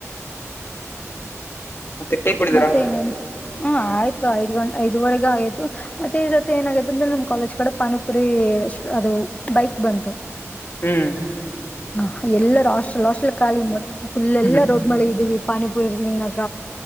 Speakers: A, on the left (about 45°); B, on the left (about 25°).
A: ಮತ್ತೆ ಟೀ ಕುಡಿದಿರಾ
B: ಮತ್ತೆ ಇನ್ನ ಹ ಆಯ್ತು ಐದ್ ಗಂಟೆ ಇದುವರೆಗ ಆಗತು ಮತ್ತೆ ಇದ ಏನಾಗೈತಂದೆ ನಮಮ್ಮ ಕಾಲಜ್ ಕಡೆ ಪಾನಿಪುರಿ ಅದು ಬೈಕ್ ಬ ಹ
A: ಹ್ಮ್
B: ಹ ಎಲ್ಲ ರಾಶಲ್ಶಲ್ ಕಾಲಿ ಮತ್ತತ್ ಫುಲ್ ಎಲ್ಲಾ
A: ಹ್ಮ್
B: ರೋಡ್ ಮಳೆ ಇದ್ದೀವಿ ಪಾನಿಪುರಿ ಇಂದಾಗ